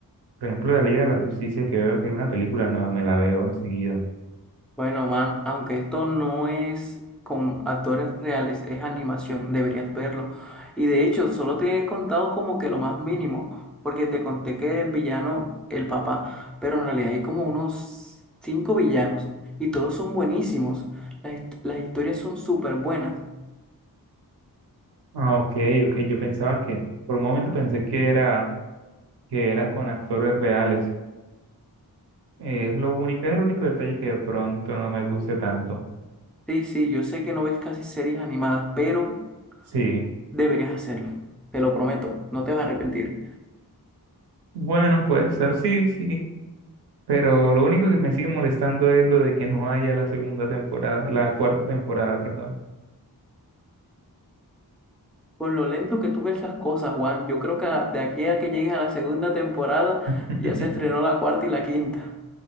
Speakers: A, on the right; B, in the centre.
A: por ejemplo, la Liga de la Justicia, que veo que hay una película nueva, me la veo enseguida.
B: Bueno, man, aunque esto no es con actores reales, es animación, deberías verlo. Y de hecho, solo te he contado como que lo más mínimo, porque te conté que el villano, el papá, pero en realidad hay como unos cinco villanos y todos son buenísimos. Las, hist- las historias son súper buenas.
A: Ah, ok, ok, yo pensaba que, por un momento pensé que era, que era con actores reales. Eh, es lo único, es el único detalle que de pronto no me guste tanto.
B: Sí, sí, yo sé que no ves casi series animadas, pero
A: Sí,
B: deberías hacerlo. Te lo prometo, no te vas a arrepentir.
A: bueno, puede ser, sí, sí. Pero lo único que me sigue molestando es lo de que no haya la segunda temporada, la cuarta temporada, perdón.
B: Con lo lento que tú ves las cosas, Juan, yo creo que a- de aquí a que llegues a la segunda temporada
A: <laughs>
B: ya se estrenó la cuarta y la quinta.